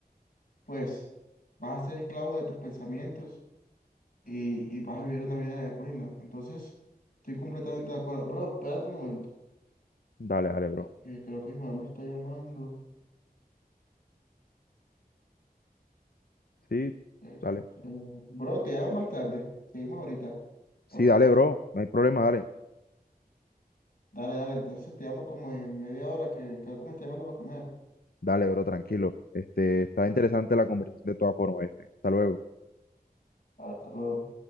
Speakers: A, on the left; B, on the left.
A: pues vas a ser esclavo de tus pensamientos y, y vas a vivir una vida de ruina. Entonces, estoy completamente de acuerdo. Bro, espérate un momento,
B: Dale, dale, bro.
A: que creo que mi mamá me está llamando.
B: Sí,
A: Este,
B: dale.
A: bro, te llamo más tarde. Seguimos ahorita,
B: Sí,
A: por
B: dale,
A: favor.
B: bro. No hay problema, dale.
A: Dale, dale, entonces te llamo como en media hora que creo que me está llamando para comer.
B: Dale, bro, tranquilo. Este, está interesante la conversación de todas formas, este. Hasta luego.
A: hasta luego.